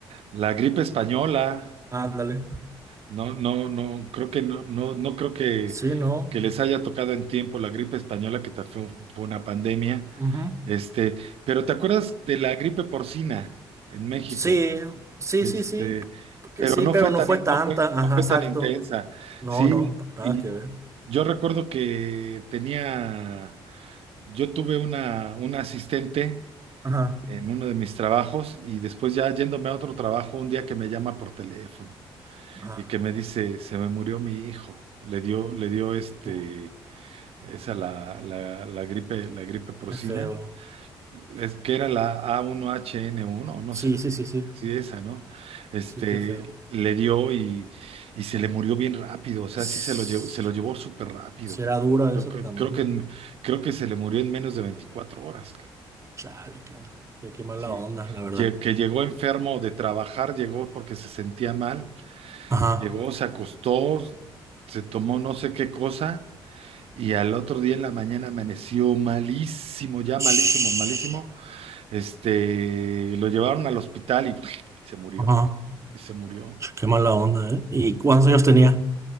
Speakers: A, on the right (about 65°); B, on the right (about 30°).
A: la gripe española,
B: ándale.
A: no, no, no, creo que no, no, no creo que,
B: Sí, ¿no?
A: que les haya tocado en tiempo la gripe española, que ta- fue fue una pandemia.
B: Ujú.
A: Este, pero ¿te acuerdas de la gripe porcina en México?
B: Sí, sí,
A: Este,
B: sí, sí. porque
A: pero
B: sí,
A: no
B: pero
A: fue tan,
B: no fue
A: in-
B: tanta.
A: no fue, no
B: Ajá,
A: fue
B: exacto.
A: tan intensa.
B: No,
A: Sí,
B: no, nada
A: y
B: que ver.
A: yo recuerdo que tenía, yo tuve una, una asistente
B: Ajá,
A: en uno de mis trabajos y después ya yéndome a otro trabajo, un día que me llama por teléfono
B: ajá.
A: y que me dice, se me murió mi hijo. Le dio, le dio este,
B: Uh,
A: esa la, la, la gripe, la gripe porcina.
B: qué feo.
A: es que era la A1HN1, no
B: Sí,
A: sé qué,
B: sí, sí, sí.
A: sí, esa, ¿no? Este,
B: Sí, qué feo.
A: le dio y, y se le murió bien rápido, o sea,
B: Ss,
A: sí se lo llevó, se lo llevó súper rápido.
B: Será dura
A: Creo,
B: eso
A: creo,
B: también,
A: creo que,
B: ¿verdad?
A: en- creo que se le murió en menos de 24 horas, ca-
B: Chale, cabrón. Qué, qué mala
A: ¿sí?
B: onda, la verdad.
A: Lle- Que llegó enfermo de trabajar, llegó porque se sentía mal,
B: Ajá.
A: llegó, se acostó, se tomó no sé qué cosa. Y al otro día en la mañana amaneció malísimo, ya malísimo,
B: Shhh.
A: malísimo, este, lo llevaron al hospital y, <laughs> se murió,
B: Ajá.
A: y se murió.
B: Ch, Qué mala onda, ¿eh? ¿Y cuántos años tenía?